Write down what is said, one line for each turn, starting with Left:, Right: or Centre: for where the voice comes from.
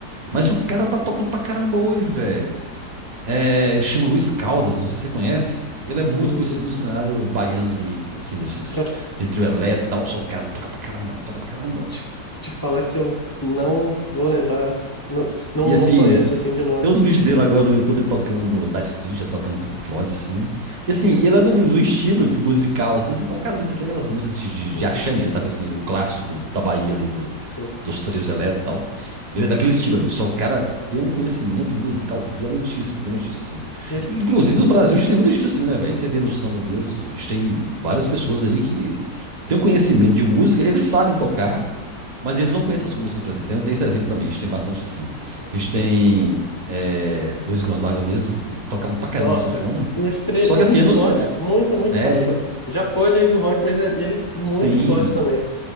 Right: Mas o cara tá tocando pra caramba hoje, velho. É, ele chama Luiz Caldas, não sei se você conhece. Ele é muito
Left: hum,
Right: conhecido no cenário baiano ali, assim, desses
Left: quero
Right: de trio elétrico e tal. Só o cara toca pra caramba, toca pra caramba.
Left: te, te falar que eu não vou lembrar. Não, não,
Right: E assim,
Left: não conheço assim de nome.
Right: Tem uns vídeos dele agora no YouTube, ele tocando Dire Straits, ele tocando Pink Floyd, assim. E assim, ele é de um, de um estilo musical, assim, que você fala, cara, mas isso aqui é aquelas músicas de, de,
Left: Uhum,
Right: de axé mesmo, sabe? Assim, o clássico do- da Bahia ali, do-
Left: sim.
Right: dos trios elétricos e tal. Ele é daquele estilo ali, só que o cara tem um conhecimento musical violentíssimo, violentíssimo, assim.
Left: E eu, tipo,
Right: Inclusive, no Brasil, a gente tem muita gente assim, né, velho? Você vê no samba mesmo, a gente tem várias pessoas aí que têm um conhecimento de música, eles sabem tocar, mas eles não conhecem as músicas, por exemplo. Tem, tem esse exemplo também, a gente tem bastante assim.
Left: uhum.
Right: A gente tem é, Luiz Gonzaga mesmo, ele tocava pra caramba
Left: Nossa,
Right: a sanfona.
Left: um estre...
Right: Só
Left: muito
Right: que assim, ele não
Left: forte.
Right: sei.
Left: Muito, muito
Right: É,
Left: forte. Pô,
Right: é,
Left: já foge aí do rock, mas é- ele é muito
Right: sim.
Left: forte também.